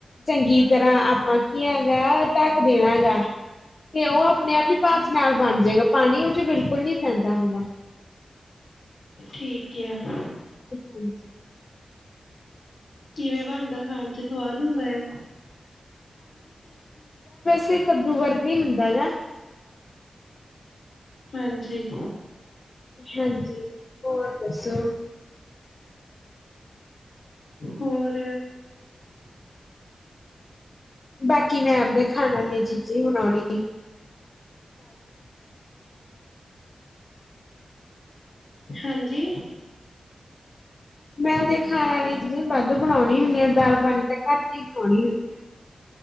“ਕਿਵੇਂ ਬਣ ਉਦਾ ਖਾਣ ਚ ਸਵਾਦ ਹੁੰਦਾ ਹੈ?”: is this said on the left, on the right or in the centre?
Left